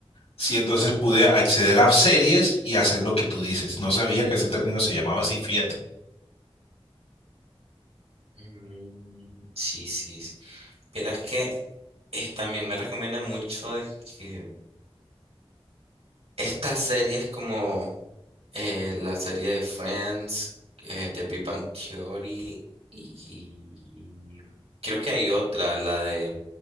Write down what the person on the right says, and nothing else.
Mm, sí, sí. sí. Pero es que es- también me recomiendan mucho de que estas series como eh, la serie de Friends, eh, de Big Bang Theory y, y creo que hay otra, la de